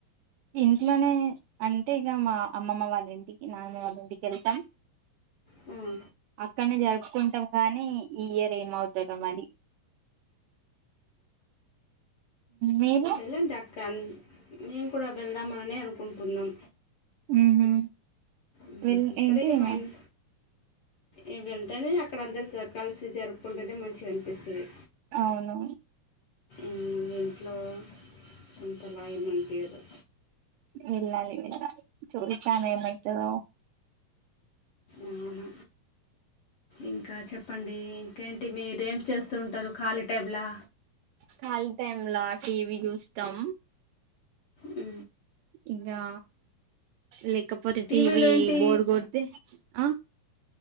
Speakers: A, on the right; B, on the left.
A: ఇంట్లోనే అంటే ఇగ మా అమ్మమ్మ వాళ్ళ ఇంటికి నానమ్మ వాళ్ళ ఇంటికి వెళ్తాం
B: మ్
A: అక్కడనే జరుపుకుంటాం కానీ ఈ ఇయర్ ఏమవుతదో మరి మీరు
B: ఎలాన్ దక్కన్ మేము కూడా వెళ్దామనిని అనుకుంటున్నాం.
A: ఉహు
B: ఉమ్,
A: వెల్
B: ఇక్కడే
A: ఏంటి ఏమ
B: మా ఇన్ ఇవి వెళ్తేనే అక్కడ అందరు స కలిసి జరుపుకుంటూనే మంచిగా అనిపిస్తది.
A: అవును
B: మ్ ఇంట్లో కొంతలాగమనింటరు
A: వెళ్ళాలి ఇంగ చూద్దాం ఏమైతదో
B: అవున ఇంకా చెప్పండి ఇంకేంటి మీరు ఏం చేస్తూ ఉంటారు ఖాళీ టైమ్లా?
A: ఖాళీ టైమ్లా టీవీ చూస్తాం
B: ఉ
A: ఇంగా లేకపోతే
B: టీవీలో
A: టీవి
B: ఏంటి
A: బోర్ కొడితే ఆ